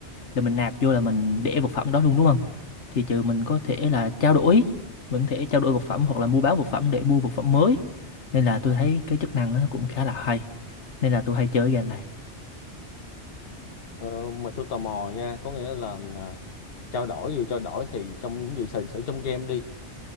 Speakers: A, on the left; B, on the left.
A: là mình nạp vô là mình để vật phẩm đó luôn đúng không? Thì trừ mình có thể là trao đổi, mình có thể trao đổi vật phẩm hoặc là mua bán vật phẩm để mua vật phẩm mới. Nên là tôi thấy cái chức năng nó cũng khá là hay. Nên là tôi hay chơi game này.
B: ờ, mà tôi tò mò nha có nghĩa là à, trao đổi vừa trao đổi thì trong vừa sử sử trong game đi